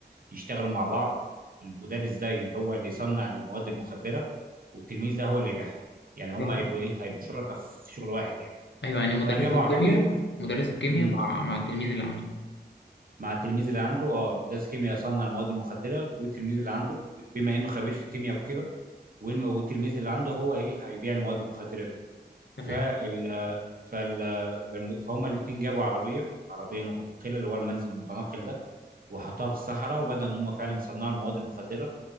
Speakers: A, on the right; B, on the left.
A: يشتغلوا مع بعض المدرس ده هو اللي يصنع المواد المخدره والتلميذ ده هو اللي يبيعها يعني هم
B: اه
A: هيبقوا ايه هيبقوا شركاء في شغل واحد يعني
B: ايوه يعني مدرس
A: فجابوا
B: الكيمياء
A: عربيه
B: مدرس الكيمياء
A: مم،
B: مع مع التلميذ اللي عنده
A: مع التلميذ اللي عنده اه مدرس كيمياء يصنع المواد المخدره والتلميذ اللي عنده بما انه خبير في الكيمياء وكده والم- والتلميذ اللي عنده هو ايه هيبيع المواد المخدره دي
B: تمام
A: فال فالم- فهم الاثنين جابوا عربيه عربيه متنقله اللي هو المنزل المتنقل ده وحطوها في الصحراء وبدأوا ان هم فعلا يصنعوا المواد المخدره